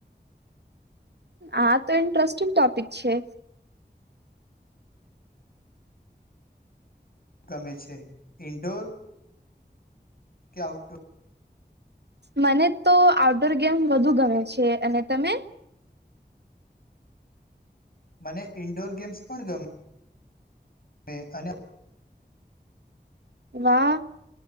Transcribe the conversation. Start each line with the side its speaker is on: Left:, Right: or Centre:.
Right: આ તો ઇન્ટરેસ્ટિંગ ટોપિક છે.
Left: ગમે છે, ઇન્ડોર, કે આઉટડો?
Right: મને તો આઉટડોર ગેમ વ ધુ ગમે છે અને તમે?
Left: મને ઇન્ડોર ગેમ્સ પણ ગમ એ અને
Right: વા